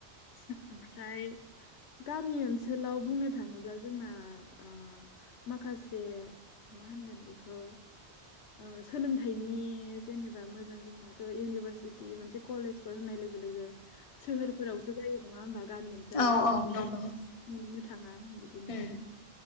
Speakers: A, on the left; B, on the left.
A: ओमफ्राय गामि ओनसोलाव बुंनो थाङोब्ला जोंना ओ माखासे मा होनगोन बेखौ ओ सोलोंथाइनि जेनेबा मोजां जोंनाथ' इउनिभारसिटि मोनसे कलेज फोर होननाय लोगो लोगो सोहोरफोरावसो जायो नङा होनबा? गामि ओनसोलाव
B: औ औ नंगौ।
A: नुनो थाङा बिदिनो
B: उम